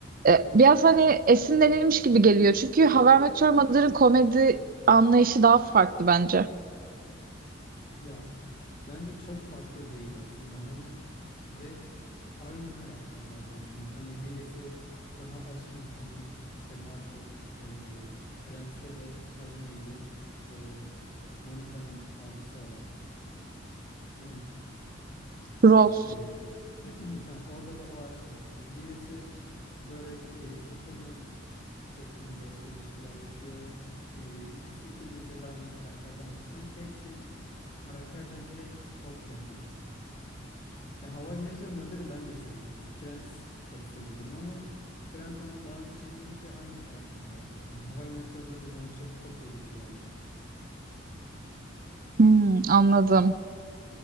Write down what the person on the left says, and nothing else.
Ya bence çok farklı değil aslında. Hani ve aynı karakterler resmen. Hani birisi daha aşk insanı işte Marshall. E, Friends'te de adı neydi? O Monica'nın abisi olan değil mi?
E, <clears throat> ha, orada da o aşk insanı. Birisi böyle e, takılma şeklinde ilişkiler yaşıyor. E, iki, iki dizide de aynı karakterden var. Sanki hepsi karakterler direkt kopya gibi. Ya How I Met Your Mother'ı ben de seviyorum. Friends de seviyorum ama Friends ondan daha önce çekilmiş ve aynı karakterler zaten. How I Met Your Mother bana çok kopya gibi geldi.